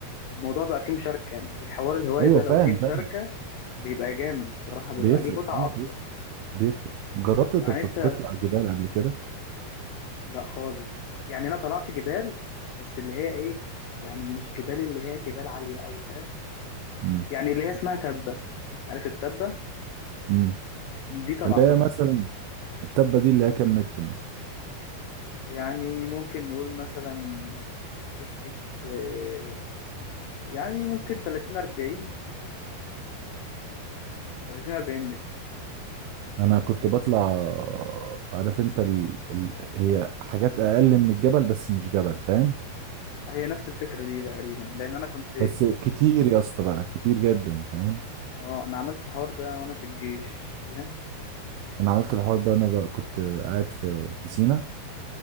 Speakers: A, on the left; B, on the right.
A: الموضوع بقى فيه مشاركه يعني الحوار الهوايه
B: ايوه
A: ده
B: فاهم
A: لو فيه مشاركه
B: فاهم
A: بيبقى جامد الصراحه بيبقى
B: بيفرق
A: ليه متعه
B: اه
A: اكتر
B: بيفرق بيفرق جربت تت-
A: يعني انت
B: تطلع جبال قبل كده
A: لا خالص يعني انا طلعت جبال بس اللي هي ايه يعني مش جبال اللي هي جبال عاليه قوي فاهم
B: امم
A: يعني اللي هي اسمها تبه عارف التبه
B: امم
A: دي طلعتها
B: اللي هي مثلا التبه دي اللي هي كام متر مثلا
A: يعني ممكن نقول مثلا سكه آه، يعني ممكن 30 40 30 40 متر
B: انا كنت بطلع عارف انت ال... ال... هي حاجات اقل من الجبل بس مش جبل فاهم
A: هي نفس الفكره دي تقريبا لان انا كنت
B: بس كتير يا اسطى بقى كتير جدا فاهم
A: اه انا عملت الحوار ده وانا في الجيش فاهم
B: انا عملت الحوار ده انا بقى كنت قاعد في في سينا